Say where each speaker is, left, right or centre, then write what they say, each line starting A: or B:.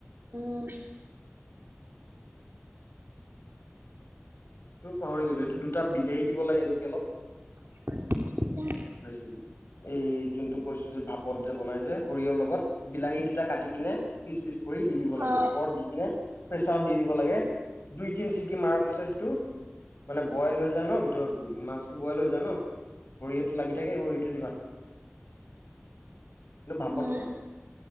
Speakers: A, on the right; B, on the left.
A: উম।
B: এইটো পাহৰি গলো এইটো দুটা বিলাহী দিব লাগে নেকি অলপ
A: <unintelligible>
B: ৰেচিপি এই যোনটো কৈছো যে ভাপত যে বনাই যে সৰিয়হৰ লগত বিলাহী দুটা কাটি কিনে পিচ পিচ কৰি দি দিব লাগে
A: অ
B: ওপৰত দি কিনে প্ৰেছাৰত দি দিব লাগে দুই তিন চিটি মাৰাৰ পিছতটো মানে বইল হৈ যায় ন ভিতৰতো মাছ বইল হৈ যায় ন সৰিয়হতটো লাগি থাকে সৰিয়হটো দি ভাত থাকে কিন্ত ভাপতকয়
A: উম